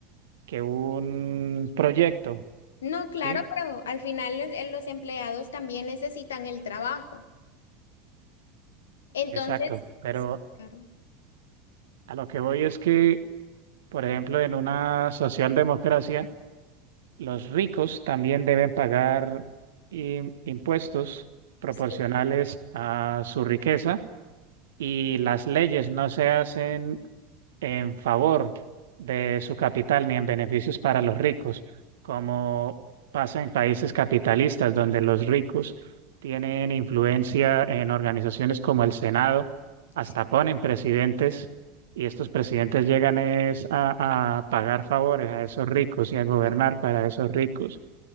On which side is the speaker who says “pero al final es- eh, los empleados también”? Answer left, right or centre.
Left